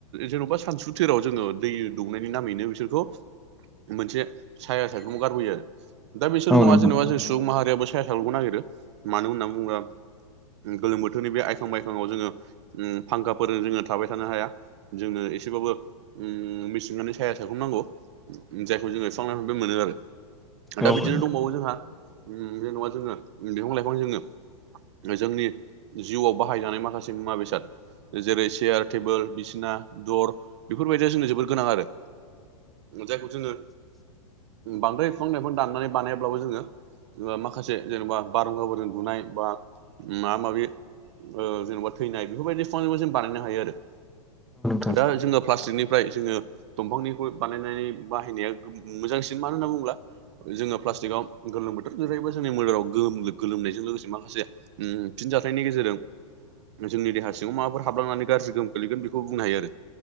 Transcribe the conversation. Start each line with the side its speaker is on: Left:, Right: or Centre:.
Right: जेन'बा सानसुथिराव जोङो दै दौनायनि नामैनो बिसोरखौ मोनसे साया सायख्लुमाव गारबोयो दा बिसोरल'
Centre: औ
Right: नङा
Centre: नोंथां
Right: जेन'बा जों सुबुं माहारियाबो साया सायख्लुमखौ नागिरो मानो होन्ना बुंब्ला गोलोम बोथोरनि बे आइखां बायखाङाव जोङो ओम फांखाफोरजों जोङो थाबाय थानो हाया। जोङो एसेबाबो उम मिसिंगानि साया सायख्लुम नांगौ। जायखौ जोङो बिफां लाइफांनिफ्राय मोनो आरो दा
Centre: औ
Right: बिदिनो
Centre: औ
Right: दंबावो जोंहा उम जेन'बा जोङो बिफां लाइफां जोङो जोंनि जिउआव बाहायजानाय माखासे मुवा बेसाद। जेरै चेयार टेबोल बिसिना दर। बेफोरबायदिया जोंनो जोबोर गोनां आरो। जायखौ जोङो बांद्राय बिफां लाइफां दाननानै बानायब्लाबो जोङो माखासे जेन'बा बारहुंखाफोरजों गुनाय बा माबा माबि ओ जेन'बा थैनाय बेफोरबायदि बिफांबो जों बानायनो हायो आरो।
Centre: नोंथां
Right: दा जोङो प्लास्टिकनिफ्राय जोङो दंफांनिखौ बानाय जायनि बाहायनाया मोजांसिन मानो होनना बुंब्ला जोङो प्लास्टिकआव गोलोम बोथोर जेरैबो जोंनि मोदोमाव गो गोलोमनायजों लोगोसे माखासे उम फिनजाथायनि गेजेरजों जोंनि देहा सिङाव माबाफोर हाबलांनानै गाज्रि गोहोम खोग्लैगोन बेखौ बुंनो हायो आरो।